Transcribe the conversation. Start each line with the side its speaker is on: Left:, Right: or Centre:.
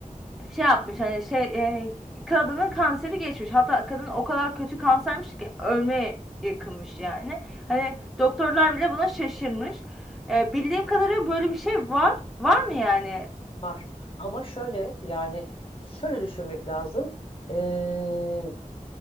Centre: şey yapmış hani şey yani kadının kanseri geçmiş. Hatta kadın o kadar kötü kansermiş ki ölmeye yakınmış yani. Hani doktorlar bile buna şaşırmış. Ee, bildiğim kadarıyla böyle bir şey var. Var mı yani?
Left: var. Ama şöyle yani şöyle düşünmek lazım. Ee,